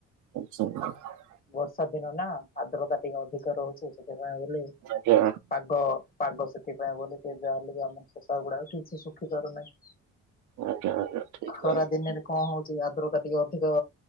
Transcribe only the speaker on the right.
ଆଚ୍ଛା <unintelligible>
ଆଜ୍ଞା
ଆଜ୍ଞା ଆଜ୍ଞା ଠିକ୍
ଜାଣିଲେ।